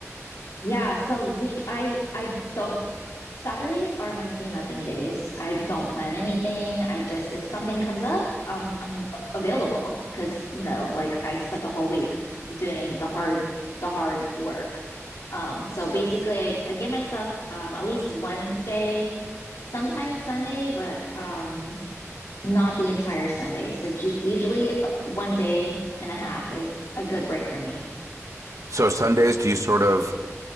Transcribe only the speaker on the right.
So Sundays do you sort of